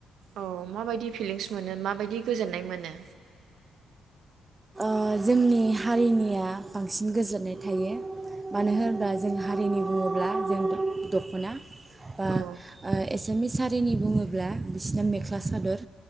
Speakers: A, on the right; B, on the right.
A: औ माबायदि फिलिंस मोनो माबायदि गोजोन्नाय मोनो?
B: अ जोंनि हारिनिया बांसिन गोजोननाय थायो मानो होनोब्ला जों हारिनि बुङोब्ला जों दख'ना बा
A: औ
B: ओ एसामिस हारिनि बुङोब्ला सिना मेख्ला सादर